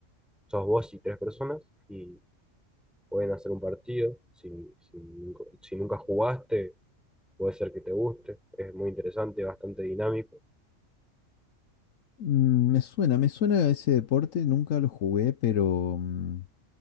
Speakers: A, in the centre; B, on the left (about 80°).
A: sos vos y tres personas, y pueden hacer un partido. Si, si, nunca- si nunca jugaste, puede ser que te guste, es muy interesante, bastante dinámico
B: Mm, Me suena, me suena ese deporte, nunca lo jugué, pero, mm,